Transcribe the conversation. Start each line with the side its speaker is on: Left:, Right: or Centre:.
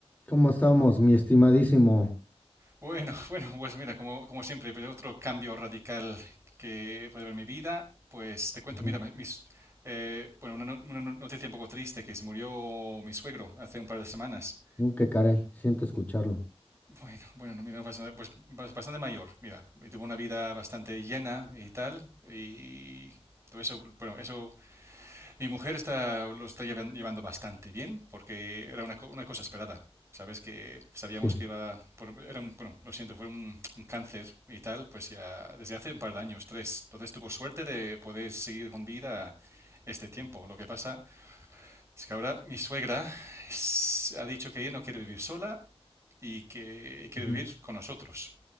Left: ¿Cómo estamos, mi estimadísimo?
Right: Bueno, <laughs> bueno, pues mira, como, como siempre, pero otro cambio radical que puede haber en mi vida, pues te cuento,
Left: Ujú.
Right: mira, mis, eh, bueno, una, no- una no- noticia un poco triste, que se murió mi suegro hace un par de semanas.
Left: Uh, qué caray, siento escucharlo.
Right: Bueno, bueno, no, mira, no pasa nada, pues bas- bastante mayor, mira, y tuvo una vida bastante llena y tal, y todo eso, bueno, eso mi mujer está, lo está llevan- llevando bastante bien porque era una, co- una cosa esperada. Sabes que sabíamos
Left: Sí.
Right: que iba, por- era un, bueno, lo siento, fue un, un cáncer y tal, pues ya desde hace un par de años, tres. Entonces tuvo suerte de poder seguir con vida este tiempo. Lo que pasa es que ahora mi suegra s- ha dicho que ella no quiere vivir sola y que quiere
Left: ujú.
Right: vivir con nosotros.